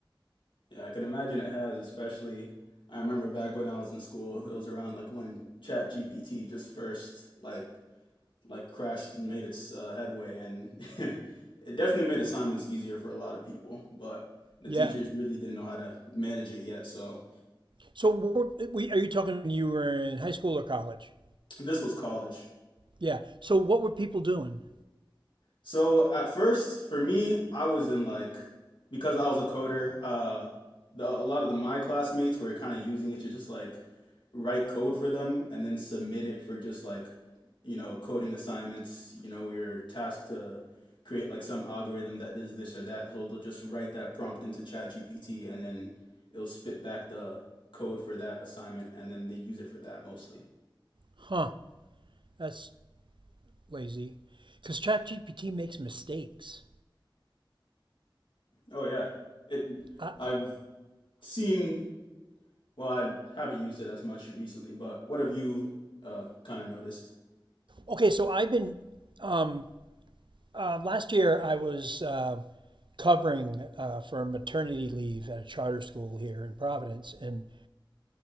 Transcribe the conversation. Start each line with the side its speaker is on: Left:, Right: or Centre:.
Left: Yeah, I can imagine it has, especially I remember back when I was in school, it was around like when ChatGPT just first like like crashed made its uh, headway and <laughs> it definitely made assignments easier for a lot of people, but the
Right: Yeah.
Left: teachers really didn't know how to manage it yet, so
Right: So, what we, are you talking when you were in high school or college?
Left: this was college.
Right: Yeah. So, what were people doing?
Left: So at first, for me, I was in like because I was a coder. Uh, the a lot of the my classmates were kind of using it to just like write code for them and then submit it for just like you know coding assignments. You know, you're tasked to create like some algorithm that does this or that. So they'll just write that prompt into ChatGPT and then it'll spit back the code for that assignment, and then they'd use it for that mostly.
Right: Huh. That's lazy. Because ChatGPT makes mistakes.
Left: Oh yeah, it.
Right: I,
Left: I've seen. Well, I haven't used it as much recently, but what have you uh kind of noticed?
Right: okay, so I've been um, Uh, last year, I was uh, covering uh, for maternity leave at a charter school here in Providence, and